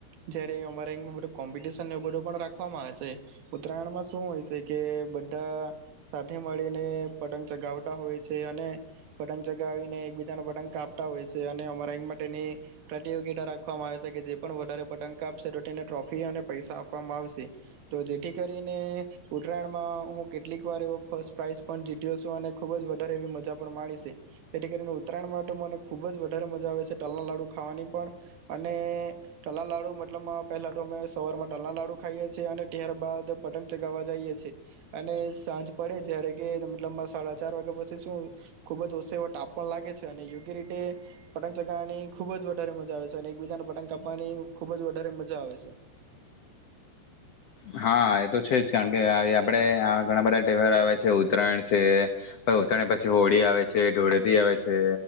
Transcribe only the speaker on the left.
હા એ તો છે જ કારણ કે આપડે ઘણા બધા તહેવાર આવે છે. ઉત્તરાયણ છે પ ઉત્તરાયણ પછી હોળી આવે છે ધુળેટી આવે છે.